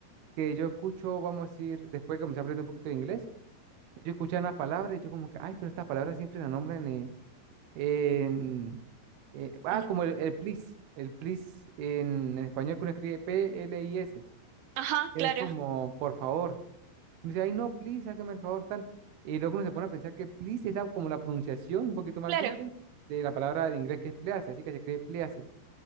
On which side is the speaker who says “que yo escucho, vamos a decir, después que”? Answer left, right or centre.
Right